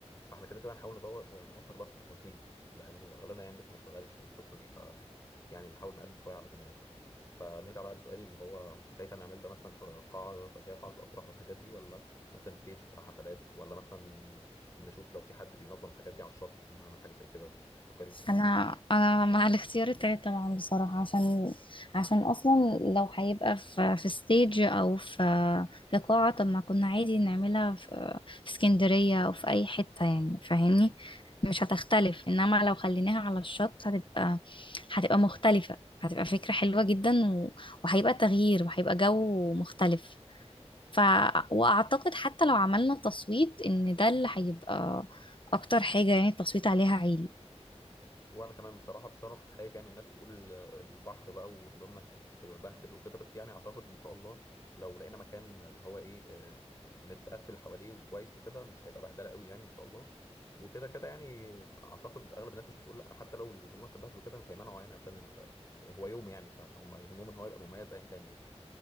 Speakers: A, on the left; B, on the left.
A: فاحنا كده كده هنحاول ندور نوفر بقى في التفاصيل لانه اغلبنا يعني لسه ما اشتغلش والقصه دي ف يعني نحاول نقلل شويه على زمايلنا فنرجع بقى لسؤالي اللي هو شايف انا اعمل ده مثلا في قاعه اللي هي قاعه الافراح والحاجات دي ولا مثلا ستيج بتاع حفلات ولا مثلا نشوف لو في حد بينظم الحاجات دي على الشط نعمل حاجة زي كده تفكري في ايه
B: انا انا مع الاختيار التالت طبعا بصراحه عشان عشان اصلا لو هيبقى في في ستيج او في في قاعه طب ما كنا عادي نعملها في في اسكندريه او في اي حته يعني فاهمني مش هتختلف انما لو خليناها على الشط هتبقى هتبقى مختلفه هتبقى فكره حلوه جدا و... وهيبقى تغيير وهيبقى جو مختلف ف واعتقد حتى لو عملنا تصويت ان ده اللي هيبقى اكتر حاجه يعني التصويت عليها عالي
A: وانا كمان بصراحة بس انا كنت خايف يعني الناس تقول البحر بقى وهدومنا هتتبهدل وكده بس يعني اعتقد ان شاء الله لو لقينا مكان اللي هو ايه آه، متقفل حواليه كويس وكده مش هيبقى بهدلة قوي يعني ان شاء الله وكده كده يعني اعتقد اغلب الناس مش هتقول لا حتى لو الهدوم هتتبهدل وكده مش هيمنعوا يعني عشان ال... هو يوم يعني ف- فهم يهمهم ان هو يبقى مميز ايا كان يعني